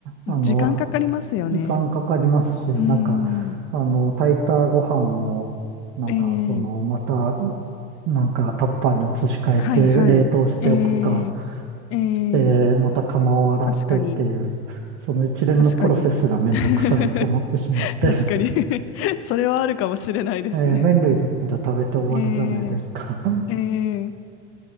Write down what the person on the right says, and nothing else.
あの、
時間かかりますし、なんか、
あの、炊いたご飯を、なんか、
その、また、なんか、タッパーに移し替えて、
冷凍しておくか、
で、また釜を洗ってっていう、
その一連のプロセスがめんどくさいと思ってしまって、
<laughs>
えー麺類だったら食べて終わりじゃないですか。